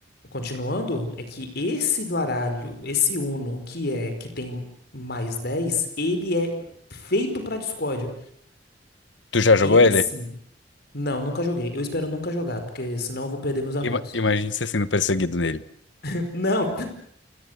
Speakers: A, on the left; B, on the left.
A: Continuando, é que esse do baralho, esse Uno, que é que tem mais 10, ele é feito pra discórdia.
B: Tu já jogou
A: Ele
B: ele?
A: sim. Não, nunca joguei. Eu espero nunca jogar, porque senão eu vou perder meus amigos.
B: Ima- Imagine você sendo perseguido nele.
A: <laughs> Não,